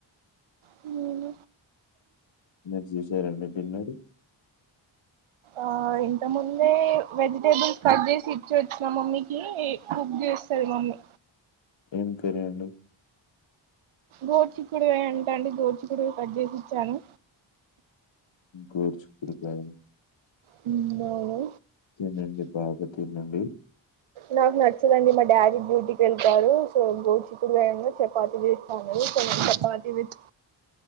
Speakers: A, on the right; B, on the left.
A: హ్మ్
B: మీరు చేశారా అండి డిన్నరు
A: ఆ ఇంత ముందే వెజిటేబుల్స్ కట్ చేసి ఇచ్చి వచ్చిన మమ్మకి కుక్ చేస్తది మమ్మీ
B: ఏం కర్రి అండి
A: గోడ్చిక్కుడికాయ అంట అండి గోద్చికుడికయ కట్ చేసి ఇచ్చాను
B: గోడ్చికుడుకాయ
A: హ్మ్ అవును
B: తినండి బాగా తినండి
A: నాకు నచ్చదండి మా డాడీ డూటీకి వెళ్తాడు సో గోచికుడుగాయన్నా చపాతి చేస్తాది సో చపాతీ విత్